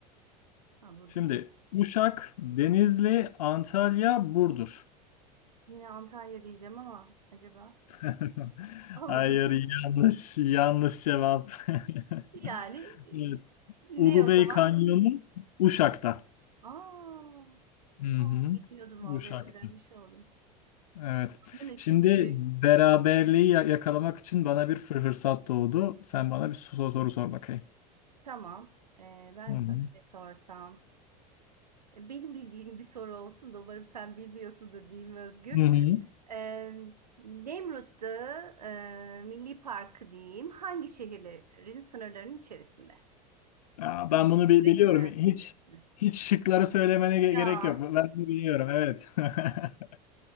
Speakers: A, on the right (about 80°); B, on the left (about 65°).
A: Ha Burdur'du.
B: Şimdi Uşak, Denizli, Antalya, Burdur.
A: Yine Antalya diyeceğim ama acaba
B: <laughs>
A: olmadı
B: Hayır
A: değil mi?
B: yanlış, yanlış cevap. <laughs>
A: Yani
B: Evet,
A: e,
B: Ulubey
A: ne o zaman?
B: Kanyonu Uşak'ta.
A: Aa,
B: Hı hı.
A: aa, bilmiyordum vallahi
B: Uşak'ta.
A: öğrenmiş oldum.
B: Evet.
A: Bunun ikinci
B: Şimdi
A: büyük.
B: beraberliği ya- yakalamak için bana bir fır- fırsat doğdu. Sen bana bir so- soru sor bakayım.
A: Tamam. Ee, ben
B: Hı
A: sana
B: hı.
A: ne sorsam? E, Benim bildiğim bir soru olsun da umarım sen bilmiyorsundur diyeyim Özgür.
B: Hı hı.
A: Ee, Nemrut'ta e, Milli Parkı diyeyim. Hangi şehirlerin sınırlarının içerisinde?
B: Ya
A: Hangi
B: ben
A: şehirlerin
B: bunu bi- biliyorum.
A: sınırlarının
B: Hiç
A: içerisinde?
B: hiç şıkları söylemene ge-
A: Ya
B: gerek yok. Ben bunu biliyorum. Evet. <laughs>